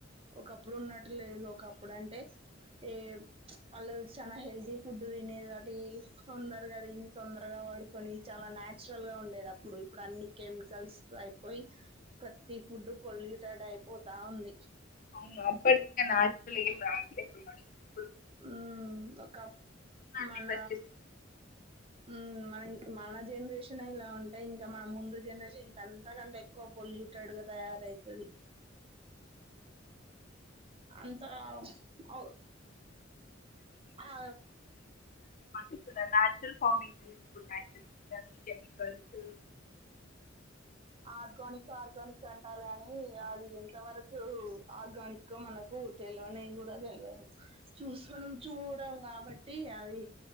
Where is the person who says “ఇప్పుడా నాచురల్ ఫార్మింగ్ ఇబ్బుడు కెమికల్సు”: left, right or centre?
Left